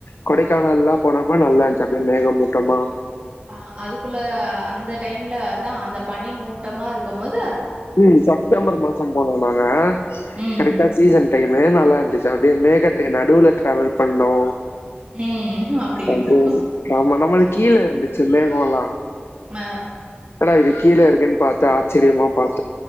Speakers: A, on the left; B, on the right.
A: கொடைக்கானல்லா போனப்ப நல்லா இருந்ச்சு அப்டியே மேகமூட்டமா
B: அ அதுக்குள்ள அந்த டைம்லதா அந்த பனி மூட்டமா இருக்கமோது
A: ம் செப்டம்பர் மாசோ போனோ நாங்க
B: ம்
A: கரைட்டா சீசன் செரி மேனால்லா இருந்துச்சா அப்டியே மேகத்துக்கு நடுவுல டிராவல் பண்ணோ
B: ம் அப்டி இருக்கு
A: அது ஆமா நம்மள்க் கீழ இருந்துச்சி மேகோல்லா
B: ஆ
A: என்னடா இது கீழ இருக்குன் பாத்தா ஆச்சிரியமா பாத்